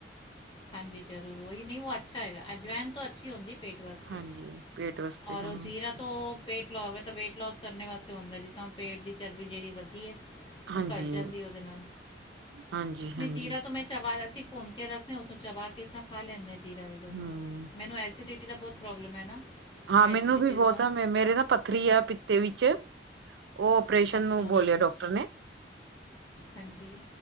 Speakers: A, on the left; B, on the right.
A: ਹਾਂਜੀ ਜ਼ਰੂਰ ਉਹੀ ਨੀ ਉਹ ਅੱਛਾ ਹੈਗਾ ਅਜਵੈਨ ਤੋਂ ਅੱਛੀ ਹੁੰਦੀ ਪੇਟ ਵਾਸਤੇ
B: ਹਾਂਜੀ ਪੇਟ ਵਾਸਤੇ
A: ਔਰ
B: ਹਾਂ
A: ਉਹ ਜੀਰਾ ਤੋ ਪੇਟ ਲਾ ਤਾਂ ਵੇਟ ਲੋਸ ਕਰਨ ਵਾਸਤੇ ਹੁੰਦਾ ਜਿਸ ਤ ਹੁਣ ਪੇਟ ਦੀ ਚਰਬੀ ਜਿਹੜੀ ਵਧੀ ਏ। ਉਹ
B: ਹਾਂਜੀ
A: ਘੱਟ ਜਾਂਦੀ ਉਹਦੇ ਨਾਲ
B: ਹਾਂਜੀ ਹਾਂਜੀ
A: ਨਹੀਂ ਜੀਰਾ ਤੋਂ ਮੈਂ ਚਬਈ ਸੀ ਭੁੰਨ ਕੇ ਰੱਖ। ਉਸ ਨੂੰ ਚਬਾ ਕੇ ਇਸਾ ਖਾ ਲੈਂਦੇ ਆ ਜੀਰਾ ਵੀ ਗਰਮ
B: ਹਮ
A: ਮੈਨੂੰ ਐਸੀਡੀਟੀ ਦਾ ਬੋਤ ਪ੍ਰੋਬਲਮ ਹੈ ਨਾ
B: ਹਾਂ ਮੈਨੂੰ
A: ਐਸਿਡਿਟੀ
B: ਵੀ ਬਹੁਤਾ
A: ਦਾ
B: ਆ ਮੇਰੇ ਨਾ ਪੱਥਰੀ ਆ ਪਿੱਤੇ ਵਿੱਚ ਉਹ ਓਪਰੇਸ਼ਨ
A: ਅੱਛਾ
B: ਨੂੰ ਬੋਲਿਆ ਡਾਕਟਰ ਨੇ
A: ਹਾਂਜੀ